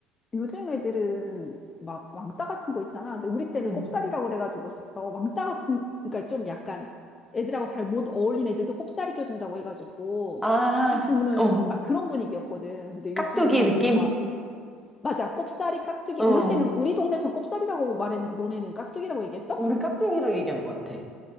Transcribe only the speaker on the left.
요즘 애들은 막 왕따 같은 거 있잖아. 근데 우리 때는
꼽살이라고 그래가지고서 왕따 같은, 그러니까 좀 약간 애들하고 잘 못 어울린 애들도 꼽살이 껴준다고 해가지고
같이 노는
막 그런 분위기였거든. 근데
요즘하고는
정말 맞아. 꼽사리, 깍두기.
우리 때는 우리 동네에서 꼽사리라고 말했는데 너네는 깍두기라고 얘기했어?